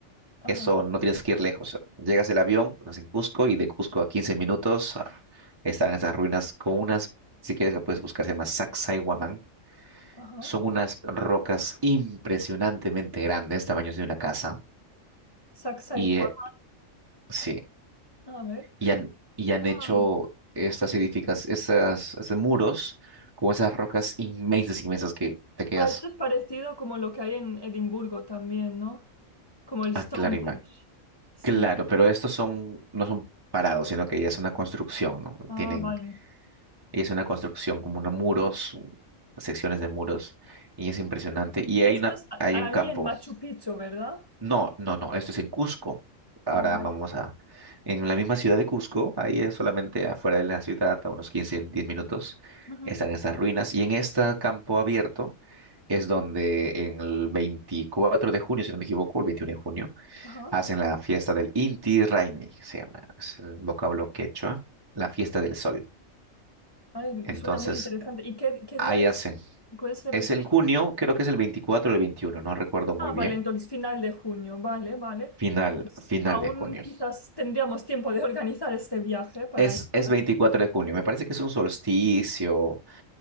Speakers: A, on the left; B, on the right.
A: Ajá.
B: Eso no tienes que ir lejos. Llegas el avión, estás en Cusco, y de Cusco a 15 minutos ah, están esas ruinas con unas, si quieres lo puedes buscar, se llama Sacsayhuamán.
A: Ajá.
B: Son unas rocas impresionantemente grandes, tamaños de una casa.
A: Saxa
B: Y
A: y Juan.
B: eh, sí.
A: A ver.
B: y han, y han
A: Ah.
B: hecho estas edificas, estas, estos muros con esas rocas inmensas, inmensas que te quedas
A: Ah, esto es parecido como lo que hay en Edimburgo también, ¿no? Como el
B: a
A: Stonehenge.
B: clarima.
A: Sí.
B: Claro, pero estos son, no son parados, sino que ya es una construcción, ¿no?
A: Ah,
B: Tienen,
A: vale.
B: ya es una construcción como unos muros, secciones de muros, y es impresionante. Y
A: Y
B: hay
A: esto
B: una,
A: es a-
B: hay
A: ahí
B: un campo
A: en Machu Picchu, ¿verdad?
B: No, no, no, esto es en Cusco.
A: Ah,
B: Ahora
A: vale.
B: vamos a... En la misma ciudad de Cusco, ahí es solamente afuera de la ciudad, a unos 15, 10 minutos,
A: Ujú.
B: están estas ruinas. Y en este campo abierto es donde en el 24 de junio, si no me equivoco, el 21 de junio,
A: Ajá.
B: hacen la fiesta del Inti Raymi, se llama, es el vocablo quechua, la fiesta del sol.
A: Ay,
B: Entonces,
A: suena muy interesante. ¿Y qué, qué
B: ahí
A: día es?
B: hacen.
A: ¿Puedes repetir?
B: Es en junio, creo que es el 24 o el 21, no recuerdo muy
A: Ah, vale,
B: bien.
A: entonces final de junio. Vale, vale.
B: Final,
A: Entonces,
B: final
A: aún
B: de junio.
A: quizás tendríamos tiempo de organizar este viaje para
B: Es,
A: ayudar.
B: es 24 de junio, me parece que es un solsticio,